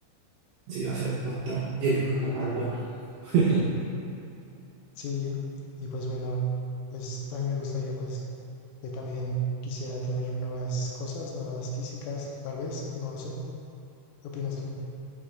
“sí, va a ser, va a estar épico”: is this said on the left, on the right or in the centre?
Right